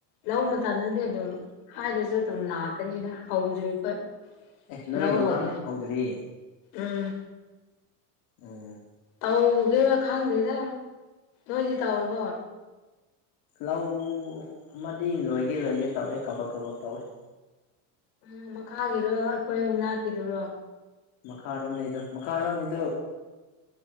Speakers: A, on the left (about 70°); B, on the left (about 50°).
A: ꯂ ꯃꯇꯝꯗꯗꯤ ꯑꯗꯨꯝ ꯍꯥꯏꯔꯁꯨ ꯑꯗꯨꯝ ꯂꯥꯛꯀꯅꯤꯗ ꯍꯧꯗ꯭ꯔꯤ ꯑꯩꯈꯣꯏ
B: ꯑꯦ ꯅꯣꯏ
A: ꯂꯎ
B: ꯂꯧꯔꯥꯡ
A: ꯍꯥꯎꯗꯦ
B: ꯍꯧꯗ꯭ꯔꯤ
A: ꯎꯝ
B: ꯎꯝ
A: ꯍꯧꯧꯒꯦꯅ ꯈꯪꯗꯦꯗ ꯅꯣꯏꯗꯤ ꯇꯥꯎꯔꯕꯣ
B: ꯂꯧ ꯑꯃꯗꯤ ꯂꯣꯏꯒꯦ ꯂꯣꯏꯒꯦ ꯇꯧꯔꯦ ꯀꯕꯛ ꯀꯕꯛ ꯇꯧꯏꯦ
A: ꯎꯝ ꯃꯈꯥꯒꯤꯔꯣ ꯑꯩꯈꯣꯏ ꯃꯅꯥꯛꯀꯤꯗꯨꯔꯣ
B: ꯃꯈꯥꯔꯣꯝꯗꯩꯗꯣ ꯃꯈꯥꯔꯣꯝꯗꯨ